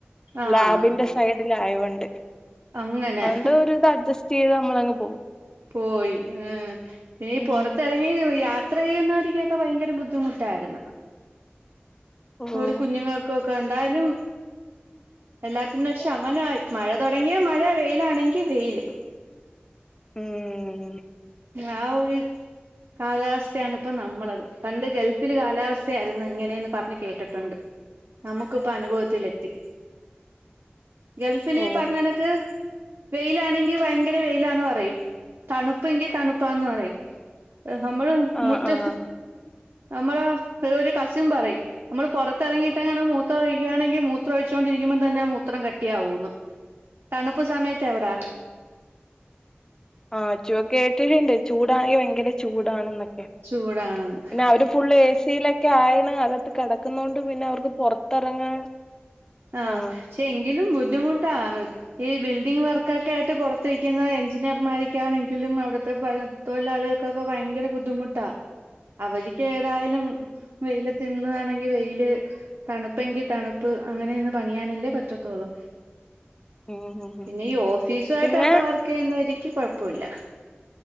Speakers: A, on the right; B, on the left.
A: ആഹ്
B: ലാബിന്റെ സൈഡില് ആയൊണ്ട്
A: അങ്ങനെ
B: അതുകൊണ്ട് ഒരു ഇത് അഡ്ജസ്റ്റ് ചെയ്ത് നമ്മളങ്ങ് പോം
A: പോയി ഉം പിന്നെ
B: ഉം
A: പുറത്തിറങ്ങി യാ യാത്രചെയ്യുന്നവരിക്കെ ഭയങ്കര ബുദ്ധിമുട്ടായിരുന്നു
B: ഓഹ്
A: ഇപ്പ കുഞ്ഞുങ്ങൾക്ക് എന്തായാലും എല്ലാത്തിനും ഒരു ശമനമായി മഴ തുട തുടങ്ങിയാ മഴ വെയിലാണെങ്കി വെയില്
B: ഉം
A: ആ ഒരു കാലാവസ്ഥയാണ് ഇപ്പം നമ്മളത് പണ്ട് ഗൾഫിൽ കാലാവസ്ഥയായിരുന്നു ഇങ്ങനെയന്ന് പറഞ്ഞ് കേട്ടിട്ടുണ്ട് നമുക്കിപ്പം അനുഭവത്തില് എത്തി ഗൾഫില്
B: ഓ
A: ഇ പറഞ്ഞോണക്ക് വെയിലാണെങ്കിൽ ഭയങ്കര വെയിലാന്ന് പറയും തണുപ്പ് പ്പെങ്കി തണുപ്പാന്ന് പറയും നമ്മള്
B: ആഹ്
A: മുറ്റ
B: ആഹ്
A: നമ്മള ഒരു കസിൻ പറയും നമ്മള് പുറത്തിറങ്ങിയിട്ട്ങ്ങനെ മൂത്രഴിക്കുകയാണെങ്കിൽ മൂത്ര ഒഴിച്ചൊണ്ടിരിക്കും തന്നെ മൂത്രം കട്ടിയാവുന്നു തണുപ്പ് സമയത്ത് അവിടെ
B: ആ ചൂക്കെ കേട്ടിട്ടുണ്ട് ചൂടാണെങ്കിൽ ഭയങ്കര ചൂടാണെന്നൊക്കെ
A: ചൂടാണെന്ന്
B: പിന്നെ അവര് ഫുള്ള് എ സിയിലൊക്കെ ആയിണ് അത് കിടക്കുന്നൊണ്ട് പിന്നെ അവർക്ക് പുറത്തിറങ്ങാൻ
A: ആ
B: ആഹ്
A: പക്ഷെ എങ്കിലും ബുദ്ധിമുട്ടാണ് ഈ ബിൽഡിംഗ് വർക്കൊക്കെ ആയിട്ട് പുറത്തിരിക്കുന്ന എഞ്ചിനീയർമാർക്കാണെങ്കിലും അവിടുത്തെ പ തൊഴിലാ ലാളിക്കൊക്കേ ഭയങ്കര ബുദ്ധിമുട്ടാ അവരിക്ക് ഏതായാലും വെയിലത്ത് നിന്ന് വെയില് തണുപ്പെങ്കിൽ തണുപ്പ് അങ്ങനെ ഇന്ന് പണിയാനല്ലേ പറ്റത്തോള്ളൂ
B: ഉം ഉം ഉം
A: പിന്നെ ഈ ഓഫീസു ആയിട്ടൊക്കെ
B: പിന്നെ
A: വർക്ക് ചെയ്യുന്നവക്ക് കൊഴപ്പമില്ല